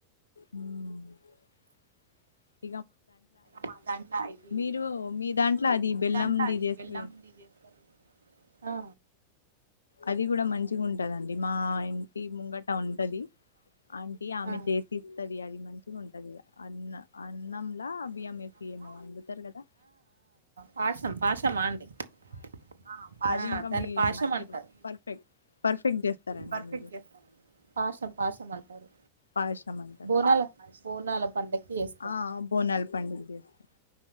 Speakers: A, on the left (about 75°); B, on the right (about 70°).
A: మ్మ్
B: మా దాంట్ల ఇది
A: మీరు మీ
B: మీరు
A: దాంట్లో అది
B: మీ
A: బెల్లంది
B: దాంట్ల అది
A: చేస్తే
B: బెల్లంది చేస్తారు ఆ
A: అది గూడా మంచిగుంటదండి మా ఇంటి ముంగట ఉంటది అంటీ ఆమె
B: ఆ ఆ
A: చేపిస్తది అది మంచిగుంటది ఇగ అన్న అన్నంలా బియ్యం
B: అర్థంగా
A: ఏ ఏమో వండుతారు గదా
B: పాషం పాషమా అండి ఆ
A: అది ఇంకా
B: దాన్ని
A: మీ
B: పాయసం
A: మీరు
B: అంటారు
A: పర్ఫెక్ట్ పర్ఫెక్ట్ చేస్తారండి
B: పర్ఫెక్ట్
A: మీరు
B: చేస్తరు పాసం పాయసం అంటారు
A: పాయసం అంటారా
B: బోనాల బోనాల పండక్కి చేస్తారు
A: ఆ బోనాల పండుగ చేస్తారు